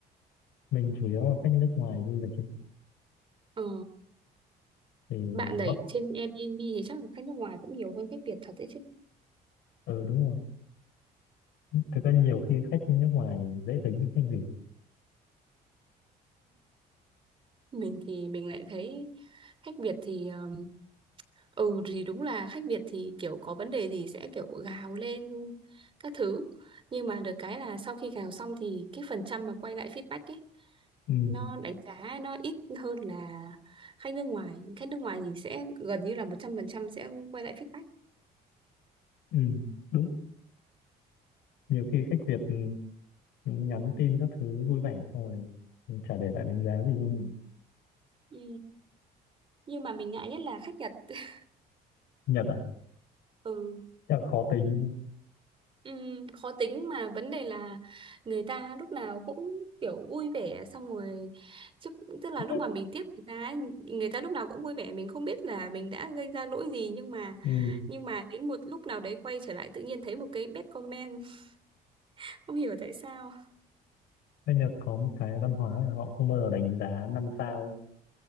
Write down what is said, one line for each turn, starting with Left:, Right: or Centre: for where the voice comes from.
Left: mình chủ yếu là khách nước ngoài du lịch ấy.
Right: Ờ,
Left: thì
Right: bạn đẩy
Left: có
Right: trên Airbnb thì chắc là khách nước ngoài cũng nhiều hơn khách Việt thật đấy chứ
Left: ờ đúng rồi thực ra nhiều khi khách nước ngoài dễ tính hơn khách Việt
Right: mình thì mình lại thấy khách Việt thì ờ, Ừ thì đúng là khách Việt thì kiểu có vấn đề thì sẽ kiểu gào lên các thứ nhưng mà được cái là sau khi gào xong thì cái phần trăm mà quay lại feedback ấy
Left: ừ
Right: nó đánh giá nó ít hơn là khách nước ngoài khách nước ngoài thì sẽ gần như là 100% sẽ quay lại feedback
Left: ừ đúng nhiều khi khách Việt ừ, nhắn tin các thứ vui vẻ xong rồi ừ, chả để lại đánh giá gì cho mình
Right: ừ. nhưng mà mình ngại nhất là khách Nhật <laughs>
Left: Nhật à
Right: ừ
Left: chắc là khó tính
Right: Ừm, khó tính mà vấn đề là người ta lúc nào cũng kiểu vui vẻ xong rồi chứ tức là lúc
Left: <laughs>
Right: mà mình tiếp người ta ấy, người ta lúc nào cũng vui vẻ mình không biết là mình đã gây ra lỗi gì nhưng mà
Left: ừ
Right: nhưng mà đến một lúc nào đấy quay trở lại tự nhiên thấy một cái bad comment <laughs> không hiểu tại sao
Left: khách Nhật có một cái văn hóa là họ không bao giờ đánh giá năm sao ấy.